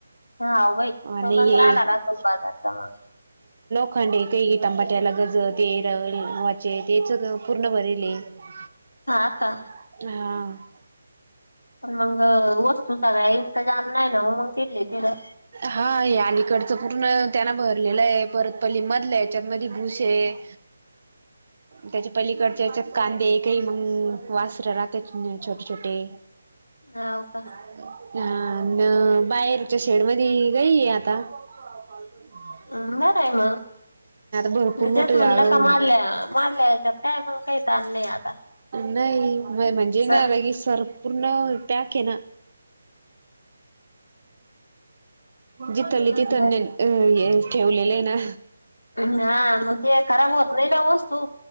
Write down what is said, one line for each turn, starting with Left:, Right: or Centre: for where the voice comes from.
Left: ह बाई सोगच
Right: आणि हे
Left: राहता राहुजारचा मग
Right: खांडे काही इ तंबाट्याला गज ते र वाचे तेच पूर्ण बरले ह
Left: हा आ का
Right: हा
Left: पण मग वस्तू सगळ्या इंतजाम नाही ना म मग तली तिला
Right: हा हे अलीकडचं पूर्ण त्यांना भरलेलं आहे परत पली मधला याच्यात मध भूस आहे ह
Left: <unintelligible>
Right: त्याच्या पहिलीकडच्या त्याच्यात कांदे काही मग वासर राहत छोटे छोटे
Left: हो का
Right: हा न बाहेरच्या शेड म गई आता ल
Left: अ बरं आहे मग
Right: भरपूर
Left: मी
Right: मोठ
Left: तेच
Right: जागा
Left: म्हणलं का मारल्या मारल्याच्यात काय मग काही ताल नाही आता
Right: नाही म म्हणजे
Left: सर
Right: ना आता की सर पूर्ण पॅक आहे ना जीथली
Left: बर
Right: त तने अ हे ठेवलेलं आहे ना
Left: ना मग ते खराब होत नाही का वस्तू